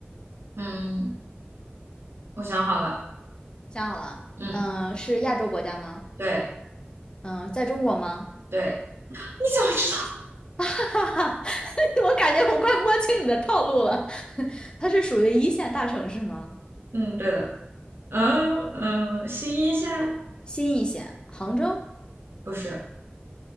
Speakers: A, on the right; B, on the left.
A: 嗯，我想好了，
B: 想好了，
A: 嗯，
B: 嗯、是亚洲国家吗？
A: 对
B: 嗯、在中国吗？
A: 对 <laughs>，你怎么知道？
B: <laughs> 哈哈哈，我感觉我快摸清你的套路了。<laughs> 它是属于一线大城市吗？
A: 嗯，对了，嗯嗯，新一线
B: 新一线，杭州？
A: 不是，